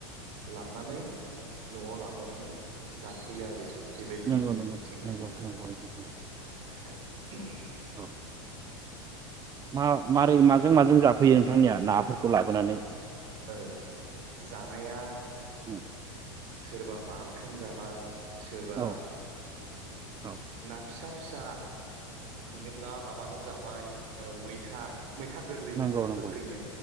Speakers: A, on the right; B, on the right.
A: लानानै न'आव लाबोनानै जाफैयो आरो। बे बायदिनो
B: नंगौ
A: जोंनिथिंहाय
B: नंगौ नंगौ
A: नोंथां।
B: नंगौ नंगौ
A: <unintelligible>
B: औ मा मारै माजों माजों जाफैयो नोंथांनिया नाफोरखौ लाबोनानै?
A: औ जानाया
B: उम
A: सोरबा बाथोन जाबाय। सोरबा
B: औ औ
A: ना फिसा फिसा मोनोब्ला माब बाजों जाबाय ओ मैथा मैथा गोरलै
B: नंगौ
A: होनोना
B: नंगौ
A: गोखैनो